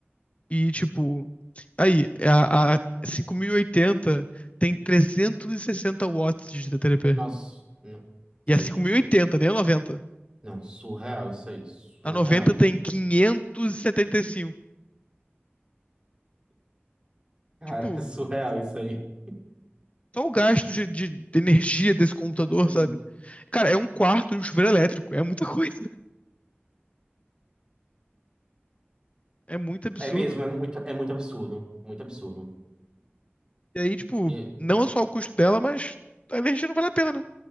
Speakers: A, on the left; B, on the right.
A: E, tipo, aí, é a, a 5080 tem 360 watts de TDP.
B: Nossa, não. Isso
A: E
B: aí.
A: a 5.080, nem a 90.
B: Não, surreal isso aí, surreal.
A: A 90 tem 575.
B: Cara,
A: Tipo,
B: <laughs> é surreal isso aí.
A: só o gasto de, de- de energia desse computador,
B: Uhum.
A: sabe? Cara, é um quarto de um chuveiro elétrico. É muita <laughs> coisa. É muito absurdo.
B: É mesmo, é muito, é muito absurdo, muito absurdo.
A: E aí, tipo,
B: E-
A: não é só o custo dela, mas a energia não vale a pena, né?